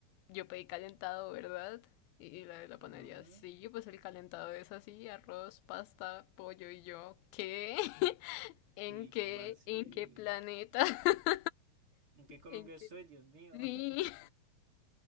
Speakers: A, on the left (about 90°); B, on the right (about 40°).
A: yo pedí calentado, ¿verdad? Y, y la de la panadería,
B: Ajá.
A: sí, pues el calentado es así, arroz, pasta, pollo y yo, ¿qué? <laughs> ¿En
B: Uy,
A: qué?
B: ¿cómo así?
A: ¿En qué planeta? <laughs>
B: ¿En qué Colombia
A: ¿En qué?
B: estoy, Dios mío?
A: Sí,
B: <laughs>